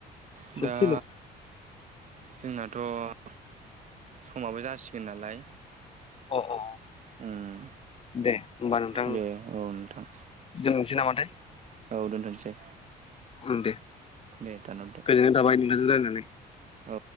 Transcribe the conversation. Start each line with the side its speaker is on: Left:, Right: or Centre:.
Right: दा
Left: ससेल'
Right: जोंनाथ' समाबो जासिगोन नालाय।
Left: अ अ
Right: उम
Left: दे होमबा नोंथां
Right: दे औ नोंथां
Left: दोननोसै नामाथाय?
Right: औ दोनथ'नोसै।
Left: ं दे
Right: दे दानहरदो
Left: गोजोननाय थाबाय नोंथांजों रायलायनानै।
Right: औ